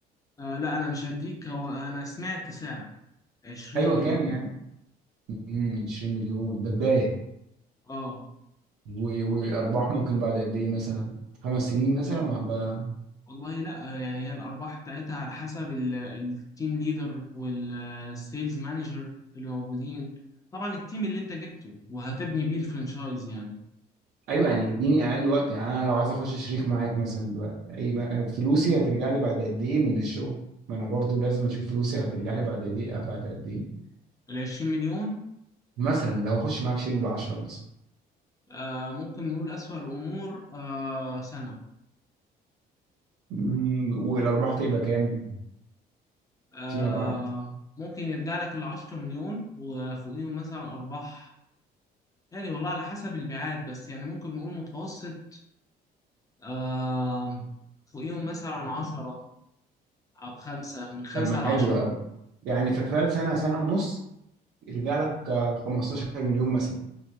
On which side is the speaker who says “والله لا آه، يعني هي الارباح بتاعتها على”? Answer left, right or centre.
Left